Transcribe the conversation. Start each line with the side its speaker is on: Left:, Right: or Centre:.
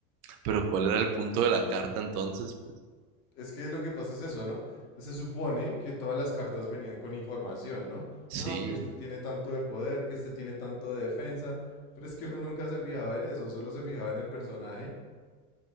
Right: Pero ¿cuál era el punto de la carta entonces? Pues
Left: Es que lo que pasa es eso, ¿no? Se supone que todas las cartas venían con información, ¿no?
Right: sí,
Left: No, que este tiene tanto de poder, que este tiene tanto de defensa, pero es que uno nunca se fijaba en eso, solo se fijaba en el personaje